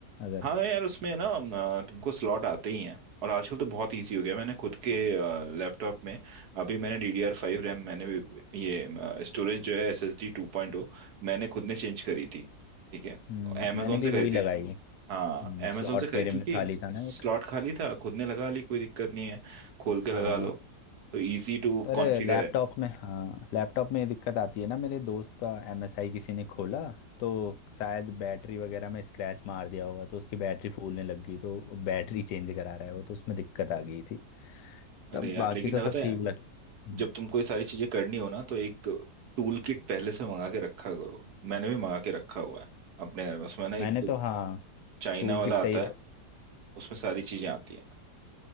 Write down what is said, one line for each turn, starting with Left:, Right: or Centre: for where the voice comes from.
Left: अगर
Right: हाँ यार उसमें ना अ, तुमको स्लॉट आते ही हैं और आजकल तो बहुत इजी हो गया मैंने खुद के लैपटॉप में अभी मैंने डी डी आर फाइव रैम मैंने भी- ये स्टोरेज जो है एस एस डी टू पॉइंट ओ मैंने खुद ने चेंज करी थी ठीक है
Left: हम्म,
Right: अमेजोन
Left: मैंने भी
Right: से खरीदी
Left: वही लगाई
Right: थी हाँ अमेजोन
Left: स्लॉट
Right: से खरीदी
Left: मेरे में
Right: थी
Left: खाली था ना
Right: स्लॉट
Left: एक
Right: खाली था खुद ने लगा ली कोई दिक्कत नहीं है खोल के
Left: हाँ
Right: लगा लो तो इजी टू
Left: पर
Right: कॉन्फ़िगर
Left: लैपटॉप
Right: है
Left: में हाँ लैपटॉप में ये दिक्कत आती है ना मेरे दोस्त का एमएसआई किसी ने खोला तो शायद बैटरी वगैरह में स्क्रैच मार दिया होगा तो उसकी बैटरी फूलने लग गई तो बैटरी चेंज करा रहा है वो तो उसमें दिक्कत आ गई थी
Right: अरे
Left: तब
Right: यार
Left: बाकी
Right: लेकिन
Left: तो सब
Right: पता है
Left: ठीक लग हम्म।
Right: जब तुमको ये सारी चीजें करनी हो ना तो एक टूल किट पहले से मंगा के रखा करो मैंने भी मंगा के रखा हुआ है अपने घर में उसमें ना एक
Left: मैंने
Right: तो
Left: तो हाँ
Right: चाइना
Left: टूल
Right: वाला
Left: किट सही
Right: आता
Left: रहता
Right: है
Left: है
Right: उसमें सारी चीजें आती हैं